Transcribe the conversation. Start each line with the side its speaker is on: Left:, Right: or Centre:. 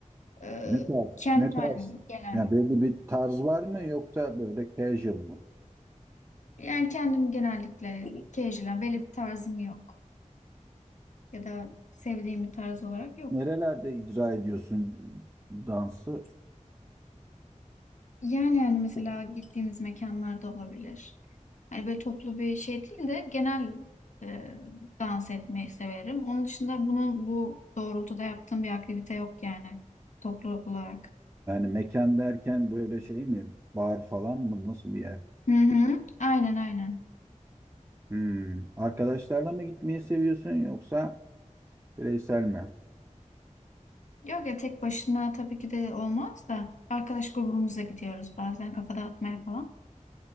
Left: E,
Right: Ne tarz?
Left: kendim
Right: Ne tarz?
Left: hani genel.
Right: Yani belli bir tarz var mı yoksa böyle casual mı?
Left: Yani kendim genellikle casual, belli bir tarzım yok. Ya da sevdiğim bir tarz olarak yok.
Right: Nerelerde icra ediyorsun dansı?
Left: Yani yani mesela gittiğimiz mekanlarda olabilir. Hani böyle toplu bir şey değil de genel e, dans etmeyi severim. Onun dışında bunun bu doğrultuda yaptığım bir aktivite yok yani toplu olarak.
Right: Yani mekan derken böyle şey mi? Bar falan mı? Nasıl bir yer?
Left: Hı hı. Aynen aynen.
Right: Hmm. Arkadaşlarla mı gitmeyi seviyorsun yoksa bireysel mi?
Left: Yok ya tek başına tabii ki de olmaz da arkadaş grubumuzla gidiyoruz bazen kafa dağıtmaya falan.